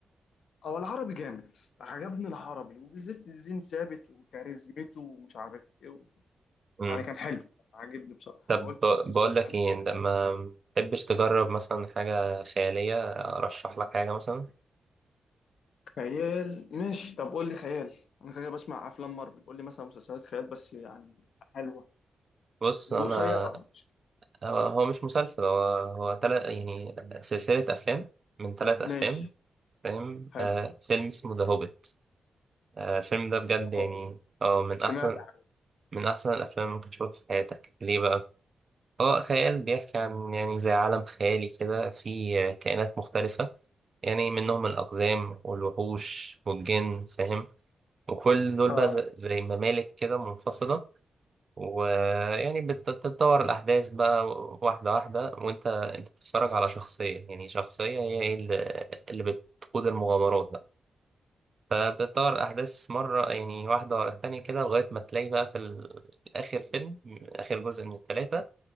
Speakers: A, on the left (about 80°); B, on the right (about 45°).
A: او العربي جامد عجبني العربي وبالذات الزين ثابت وكاريزمته ومش عارف ايه
B: يعني
A: يعني كان حلو عاجبني بصراحة
B: طب
A: فقلت
B: ب-
A: خلاص استمع
B: بقول لك
A: له.
B: ايه لما تحبش تجرب مثلا حاجة خيالية ارشح لك حاجة مثلا
A: خيال ماشي طب قول لي خيال انا كده بسمع افلام مارفل قول لي مثلا مسلسلات خيال بس يعني حلوة
B: بص
A: وقصيرة
B: انا
A: مش كبيرة.
B: هو هو مش مسلسل هو هو تلت يعني سلسلة افلام من تلات افلام
A: ماشي
B: فاهم
A: حلو
B: آه فيلم اسمه ذا هوبيت آه الفيلم ده بجد يعني
A: هو
B: اه من
A: سمعت
B: احسن
A: عن-
B: من احسن الافلام اللي ممكن تشوفها في حياتك ليه بقى هو خيال بيحكي عن يعني زي عالم خيالي كده فيه كائنات مختلفة يعني منهم الأقزام والوحوش والجن فاهم وكل دول
A: اه
B: بقى ز- زي ممالك كده منفصلة ويعني بت- بتتطور الأحداث بقى واحدة واحدة وأنت أنت بتتفرج على شخصية يعني شخصية هي إيه اللي اللي بتقود المغامرات بقى فبتتطور الأحداث مرة يعني واحدة ورا التانية كده لغاية ما تلاقي بقى في ال- آخر فيلم آخر جزء من التلاتة